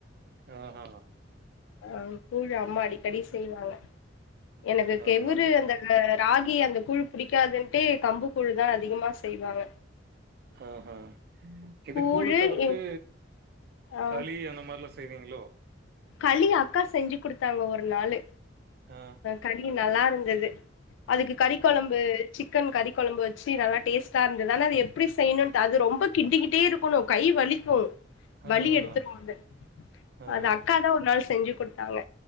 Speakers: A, on the right; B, on the left.
A: ஆ ஹ
B: ஆ கூழ் அம்மா அடிக்கடி செய்வாங்க எனக்கு கெவுரு
A: ஆமாமா.
B: அந்த அ ராகி அந்த கூழ் புடிக்காதுன்ட்டு கம்பு கூழுதா அதிகமா செய்வாங்க
A: ஆஹா இது
B: கூழு
A: கூழ தவிர்த்து
B: எ ஆ
A: களி அந்த மாரிலா செய்வாங்ளோ
B: களி அக்கா செஞ்சு குடுத்தாங்க ஒரு நாளு
A: ஆ.
B: களி நல்லாருந்தது அதுக்கு கறி
A: ஓ.
B: கொழம்பு சிக்கன் கறி கொழம்பு வச்சு நல்லா டேஸ்ட்டாருந்தது ஆனா அது எப்டி செய்ணுன் அது ரொம்ப கிண்டிக்கிட்டேரு க்கணு கை வலிக்கு
A: ஆ,
B: வலி எடுத்துடு
A: ஆ,
B: வந்து
A: ஆ.
B: அத க்கா தா ஒர் நாள் செஞ்சு குடுத்தாங்க